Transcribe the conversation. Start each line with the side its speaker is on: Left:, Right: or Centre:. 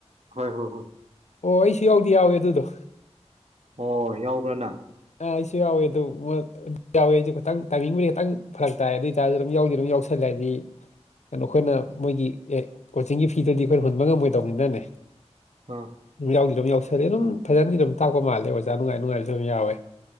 Right: ꯍꯣꯏ ꯍꯣꯏ ꯍꯣꯏ
Left: ꯑꯣ ꯑꯩꯁꯨ ꯌꯥꯎꯗꯤ ꯌꯥꯎꯋꯦ ꯑꯗꯨꯗꯣ
Right: ꯑꯣ ꯌꯥꯎꯕ꯭ꯔꯅ
Left: ꯑꯥ ꯑꯩꯁꯨ ꯌꯥꯎꯋꯦ ꯑꯗꯨ ꯃ ꯑꯗꯨ ꯌꯥꯎꯋꯦ ꯑꯩꯁꯨ ꯈꯤꯇꯪ ꯇꯥꯏꯃꯤꯡꯕꯨꯗꯤ ꯈꯤꯇꯪ ꯐꯔꯛ ꯇꯥꯏ ꯑꯗꯨ ꯑꯣꯏꯇꯥꯔꯁꯨ ꯑꯗꯨꯝ ꯌꯥꯎꯗꯤ ꯑꯗꯨꯝ ꯌꯥꯎꯁꯜꯂꯦ ꯍꯥꯏꯗꯤ ꯀꯩꯅꯣ ꯑꯩꯈꯣꯏꯅ ꯃꯣꯏꯒꯤ ꯑꯦ ꯀꯣꯆꯤꯡꯒꯤ ꯐꯤꯗꯨꯗꯤ ꯑꯩꯈꯣꯏꯅ ꯍꯨꯟꯕ ꯉꯝꯃꯣꯏꯗꯧꯅꯤꯅꯅꯦ
Right: ꯑꯥ
Left: ꯌꯥꯎꯗ ꯔꯃꯤ ꯁꯗꯤ ꯑꯗꯨꯝ ꯐꯖꯅꯗꯤ ꯑꯗꯨꯝ ꯇꯥꯛꯄ ꯃꯥꯜꯂꯦ ꯑꯣꯥ ꯅꯨꯡꯉꯥꯏ ꯅꯨꯡꯉꯥꯏꯅꯁꯨ ꯑꯗꯨꯝ ꯌꯥꯎꯋꯦ